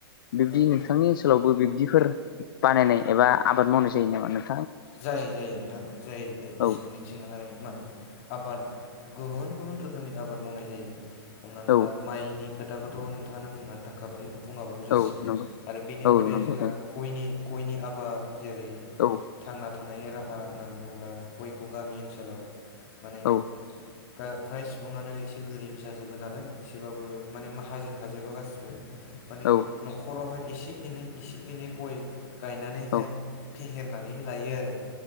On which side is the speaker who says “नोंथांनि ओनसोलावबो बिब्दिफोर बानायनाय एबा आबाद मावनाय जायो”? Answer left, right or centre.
Left